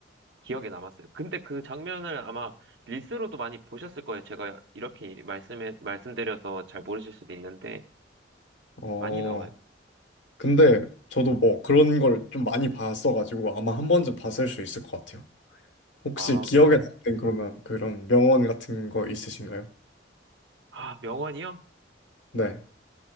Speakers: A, on the right; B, on the left.
A: 기억에 남았어요. 근데 그 장면을 아마 릴스로도 많이 보셨을 거예요. 제가 이렇게 말씀해, 말씀드려서 잘 모르실 수도 있는데,
B: 어.
A: 많이 나와요.
B: 근데 저도 뭐 그런 걸 좀 많이 봤어가지고 아마 한 번쯤 봤을 수 있을 것 같아요. 혹시
A: 아,
B: 기억에
A: 그러세요?
B: 남는 그러면 그런 명언 같은 거 있으신가요?
A: 아, 명언이요?
B: 네,